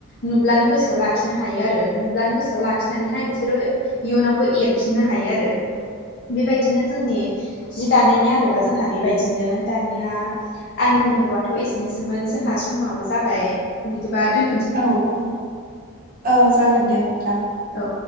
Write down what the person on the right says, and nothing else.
<inaudible>
औ औ औ जागोन दे नोंथां।